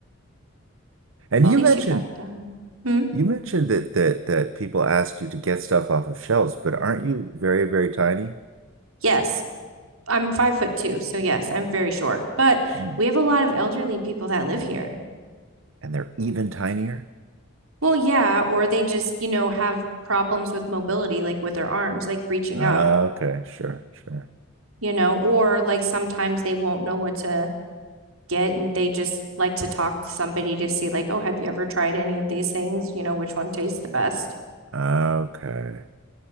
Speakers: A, on the right (about 65°); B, on the right (about 85°).
A: And
B: Well,
A: you
B: at least
A: mentioned
B: you got it done. Hmm?
A: you mentioned that that that people asked you to get stuff off of shelves, but aren't you very, very tiny?
B: Yes. I'm five foot two, so yes, I'm very short. But
A: Mm.
B: we have a lot of elderly people that live here.
A: And they're even tinier?
B: Well, yeah, or they just, you know, have problems with mobility, like with their arms, like reaching
A: Uh,
B: up.
A: Okay, sure, sure.
B: you know, or like sometimes they won't know what to get and they just like to talk to somebody to see, like, oh, have you ever tried any of these things? You know, which one tastes the best?
A: Okay.